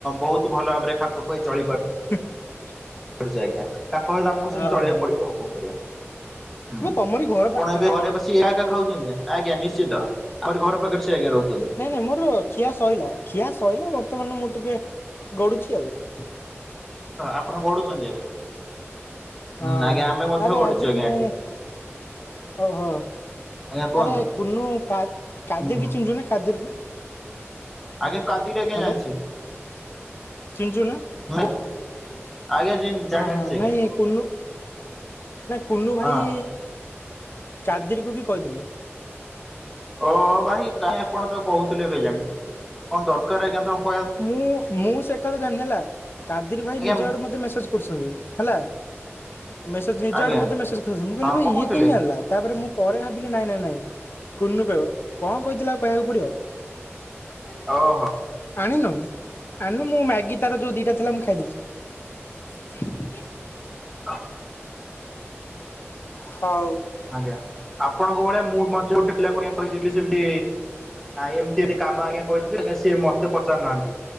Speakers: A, in the centre; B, on the left.
A: ବହୁତ ଭଲ ଭାବରେ ଖାପ ଖୁଆଇ ଚଳିପାରୁ
B: <inaudible>
A: ଚି ଆଜ୍ଞା ତାଙ୍କ ସହିତ ଆମକୁ ସେମିତି
B: ଓହୋ।
A: ଚଳିବାକୁ ପଡିବ ଆଉ କଣ କରିବା। ହୁଁ
B: ବେ ତମରି ଘର
A: ଆପଣ
B: ପାଖରେ
A: ଏବେ
B: ନା
A: ଘରେ
B: କଣ?
A: ବସି ଏୟା କା ଉଛନ୍ତି ନା ଆଜ୍ଞା ନିଶ୍ଚିତ ଆମର ଘର ପାଖରେ ସେ ଆଜ୍ଞା ରହୁଚି।
B: ନାଇଁ ନାଇଁ ମୋର ଖିଆ ସଇଲା ଖିଆ ସଇଲା ବର୍ତ୍ତମାନ ମୁଁ ଟିକେ ଗଡୁଛି ଆଉ।
A: ଆପଣ ଗଡୁଛନ୍ତି ଏବେ
B: ହଁ
A: ହୁଁ ଆଜ୍ଞା ଆମେ ମଧ୍ୟ
B: ଆରେ
A: ଗଡ଼ିଚି
B: ଆଜି
A: ଆଜ୍ଞା
B: ମୁଁ
A: ଏଠି।
B: ଓହୋ
A: ଆଜ୍ଞା କୁହନ୍ତୁ
B: ଆରେ କୁନୁ କାହା କାଦି
A: ହୁଁ
B: କି ଚିନିଚୁନା କାଦିର୍ କୁ।
A: ଆଜ୍ଞା କାଦିର୍ ଆଜ୍ଞା
B: ହ୍ୟାଲୋ
A: ଜାଣିଚି।
B: ଚିହ୍ନିଛୁ ନା
A: ଆଉ ଆଜ୍ଞା ଯ
B: ହଁ
A: ଜାଣିଚି
B: ହଁ ନାଇଁ
A: ଆଜ୍ଞା
B: କୁନୁ ନା କୁନୁ ଭାଇ
A: ହଁ
B: କାଦର କୁ ବି କହିଥିଲେ।
A: ଓ ଭାଇ କାଇଁ ଆପଣ ତା କହୁଥିଲେ କେଜାଣି। କଣ ଦରକାର ଆଜ୍ଞା ତାକୁ
B: ମୁଁ ମୁଁ ସେ କଥା ଜାଣିନି ହେଲା। କାଦିର ଭାଇ
A: ଆଜ୍ଞା
B: ନିଜ ଆଡୁ ମେ ମେସେଜ କରୁଛନ୍ତି। ହେଲା ମେସେଜ ନିଜ
A: ଆଜ୍ଞା
B: ଆଡୁ ମତେ ମେସେଜ କରୁଛନ୍ତି। ମୁଁ କହିଲି
A: ହଁ
B: ଭ ଇଏ
A: କହୁଥିଲେ
B: କେମତି ଯାଣିଲା? ତାପରେ ମୁଁ ପରେ ଭାବିଲି ନାଇଁ ନାଇଁ ନାଇଁ କୁନୁ କହିବ କଣ କହିଥିଲାଉ କହିବାକୁ ପଡିବ? ପଇସା ନେଇ ଯା
A: ଓହୋ
B: ଆଣିନୁ ଆଣିନୁ ମୁଁ ମ୍ୟାଗି ତାର ଯୋଉ ଦିଟା ଥିଲା ମୁଁ ଖାଇଦେଛି।
A: <inaudible>
B: ହଉ
A: ଆଜ୍ଞା ଆପଣଙ୍କ ଭଳିଆ ମୁଁ ମଧ୍ୟ ଗୋଟେ ପିଲା ଆଜ୍ଞା କହିଦଥିଲି ସେମିତି ଏମିତି କାମ ଆଜ୍ଞା କରିଦ ସେ ମତେ ପଚାରୁନାହାନ୍ତି